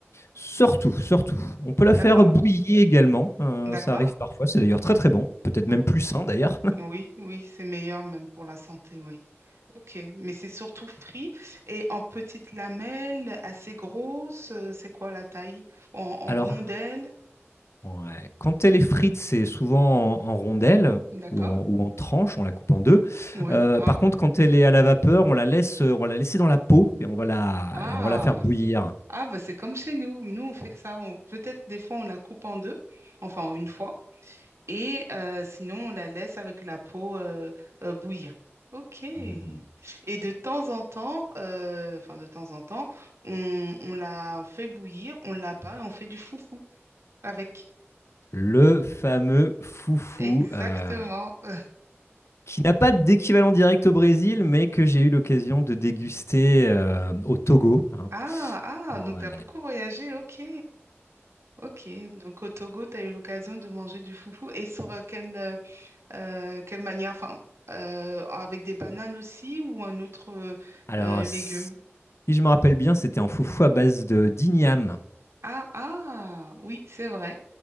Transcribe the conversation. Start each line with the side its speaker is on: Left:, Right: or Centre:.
Left: Surtout, surtout. On peut la
Right: D'accord,
Left: faire bouillir également. euh,
Right: d'accord.
Left: ça arrive parfois. C'est d'ailleurs très très bon. Peut-être même
Right: O-
Left: plus sain d'ailleurs.
Right: Oui, oui, c'est meilleur même pour la santé, oui. Ok, mais c'est surtout frit et en petites lamelles, assez grosses, euh, c'est quoi la taille? En, en
Left: <laughs>
Right: rondelles,
Left: Alors, Ouais. Quand elle est frite, c'est souvent en, en rondelles
Right: d'accord?
Left: ou en, ou en tranches, on la coupe en deux.
Right: Oui.
Left: Euh,
Right: Ah,
Left: par contre, quand elle est à la vapeur, on la laisse, euh, on va la laisser dans la peau et on va la,
Right: ah.
Left: et on va la faire bouillir.
Right: Ah, bah, c'est comme chez nous. Nous, on fait que ça. On... Peut-être des fois, on la coupe en deux, enfin en une fois, et euh, sinon, on la laisse avec la peau euh, euh, bouillir. OK. Et
Left: Mhm.
Right: de temps en temps, euh, enfin de temps en temps, on, on la fait bouillir, on la bat et on fait du foufou avec.
Left: Le fameux foufou,
Right: Exactement.
Left: euh,
Right: <laughs>
Left: qui n'a pas d'équivalent direct au Brésil, mais que j'ai eu l'occasion de déguster euh, au Togo. hein.
Right: Ah, ah,
Left: Ouais.
Right: donc tu as beaucoup voyagé. OK. OK. Donc au Togo, tu as eu l'occasion de manger du foufou. Et sur euh, quel, euh, Euh, quelle manière? Enfin, euh, avec des bananes aussi ou un autre euh,
Left: Alors,
Right: euh, légume?
Left: si je me rappelle bien, c'était un foufou à base de d'igname.
Right: Ah, ah, oui, c'est vrai.